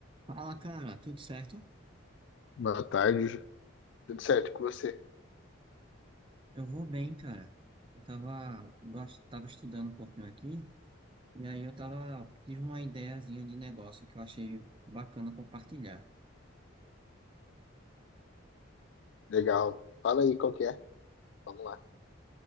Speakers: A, on the right (about 25°); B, on the left (about 60°).
A: Fala, cara, tudo certo?
B: Boa tarde. Tudo certo com você?
A: Eu vou bem, cara. Eu tava, gost- tava estudando um pouquinho aqui, e aí eu tava, tive uma ideiazinha de negócio que eu achei bacana compartilhar.
B: Legal. Fala aí qual que é. Vamos lá.